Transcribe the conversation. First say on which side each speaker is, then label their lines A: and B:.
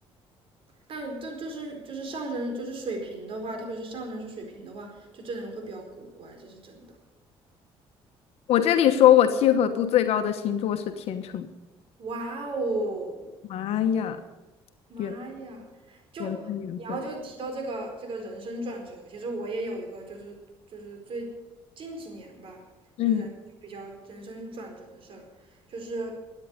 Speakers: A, on the right; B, on the left.
A: 但这就是就是上升就是水瓶的话，特别是上升是水瓶的话，就这人会比较古怪，这是真的。
B: 我这里说我契合度最高的星座是天秤。
A: 哇哦！
B: 妈呀，
A: 妈呀！
B: 缘
A: 就你要就提到这个这个人生转折，
B: 缘分缘分。
A: 其实我也有一个，就是就是最近几年吧，
B: 嗯
A: 就是人比较人生转折的事儿，就是